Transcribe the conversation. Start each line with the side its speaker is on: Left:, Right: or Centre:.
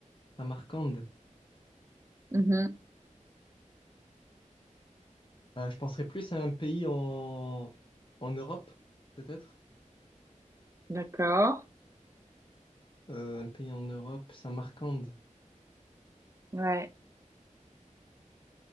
Left: Samarcande.
Right: Mhm.
Left: Euh, je penserais plus à un pays en en Europe, peut-être.
Right: D'accord.
Left: Euh, un pays en Europe, Samarcande.
Right: Ouais.